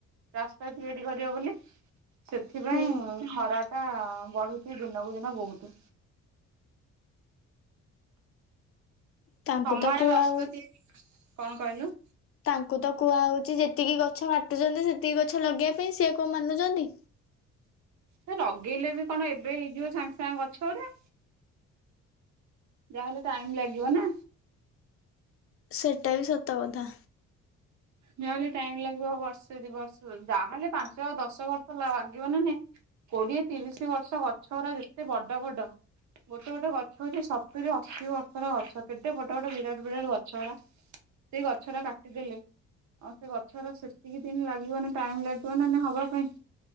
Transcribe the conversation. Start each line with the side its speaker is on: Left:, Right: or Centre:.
Right: ରାସ୍ତା ତିଆରି କରବେ ବୋଲି। ସେଥିପାଇଁ
Left: ହୁଁ
Right: ଖରା। ଆ ବଢୁଛି ଦିନକୁ ଦିନ ବହୁତ।
Left: ତାଙ୍କୁ
Right: ତମଆଡ଼େ
Left: ତ କୁହାହଉ
Right: ରାସ୍ତା ତିଆରି କଣ କହିଲୁ?
Left: ତାଙ୍କୁ ତ କୁହାହଉଛି ଯେତିକି ଗଛ କା କାଟୁଛନ୍ତି ସେତିକି ଗଛ ଲଗେଇବା ପାଇଁ ସେ କୋଉ ମାନୁଛନ୍ତି।
Right: ସେ ଲଗେଇଲେ ବି କଣ ଏବେ ହେଇଯିବ ସାଙ୍ଗେ ସାଙ୍ଗେ ଗଛ ଗୁରା। ଯାହା ହେଲେ ଟାଇମ ଲାଗିବ ନା।
Left: ସେଟା ବି ସତ କଥା।
Right: ଯାହେଲେ ଟାଇମ ଲାଗିବ ବର୍ଷେ ଦି ବର୍ଷ ଯାହାହେଲେ ପାଞ୍ଚ ଦଶ ବର୍ଷ ଲାଗିବନା ନାହିଁ କୋଡିଏ ତିରିଶ ବର୍ଷ ଗଛ ଗୁଡା ଯେତେ ବଡ ବଡ ଗୋଟେ ଗୋଟେ ଗଛ ହଉଛି ସତୁରି ଅଶୀ ବର୍ଷର ଗଛ କେତେ ବଡ ବଡ ବିରାଟ ବିରାଟ ଗଛ ଗୁଡା ସେ ଗଛ ଗୁଡ଼ା କାଟିଦେଲେ। ଆଉ ସେ ଗଛରା ସେତିକି ଦିନ ଲାଗିବ ନା ଟାଇମ ଲାଗିବ ନା ନା ହବା ପାଇଁ।